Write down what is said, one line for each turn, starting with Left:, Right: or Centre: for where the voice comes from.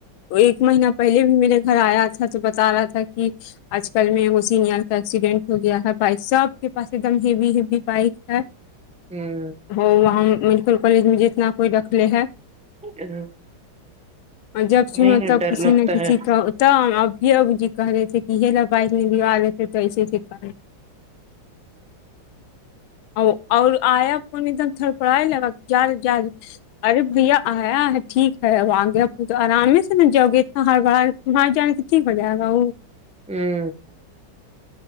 Left: وہ ایک مہینہ پہلے بھی میرے گھر آیا تھا تو بتا رہا تھا کہ آج کل میں وہ سینئر کا ایکسیڈینٹ ہو گیا ہے بھی ساب آپ کے پاس ایک دم ہیوی ہیوی بائک ہے
Centre: ہوں
Left: ہو وہاں میڈیکل کالج میں جتنا کوئی رکھلے ہے
Centre: ہ
Left: اور جب
Centre: وہی
Left: سنو
Centre: نا
Left: تب
Centre: ڈر
Left: کسی
Centre: لگتا
Left: نہ کسی
Centre: ہے
Left: کا ت ابھی اب جی کہ رہے تھے کہ بائک نہیں لوا رہے تھے تو ایسے ایک بار <inaudible> ا اور آیا فون ایک دم تھوڑ پڑھائی لگا کہ گیارہ جا ارے بھیا آیا ہے ٹھیک ہے اں گے تو آرام سے نا جاؤ گے ہاں ہر بار باہر جانے سے ٹھیک ہو جائےگا وہ
Centre: ہمم